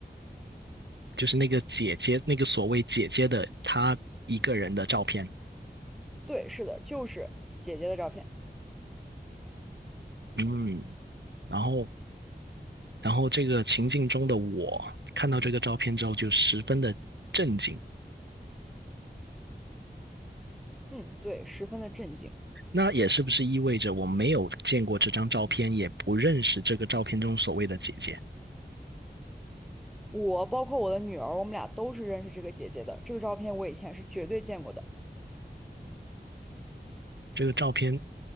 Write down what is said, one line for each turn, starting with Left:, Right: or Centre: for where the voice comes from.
Right: 就是那个姐姐，那个所谓姐姐的她一个人的照片。
Centre: 对，是的，就是姐姐的照片。
Right: 嗯，然后然后这个情境中的我看到这个照片之后就十分的震惊。
Centre: 嗯，对，十分的震惊。
Right: 那也是不是意味着我没有见过这张照片，也不认识这个照片中所谓的姐姐？
Centre: 我包括我的女儿，我们俩都是认识这个姐姐的。这个照片我以前是绝对见过的。
Right: 这个照片